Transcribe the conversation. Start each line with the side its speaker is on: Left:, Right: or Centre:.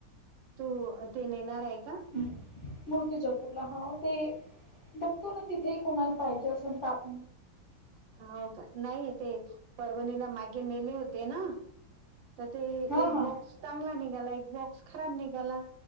Right: तू ते नेणार आहे का?
Left: मूर्ती च कुठल हा ते बघतो ना तिथेही कोणाला पाहिजे असंन आप
Right: हो का नाही ते परभणीला मागे नेले होते ना तर ते
Left: हा
Right: एक
Left: हा
Right: बॉक्स चांगला निघाला एक बॉक्स खराब निघाला.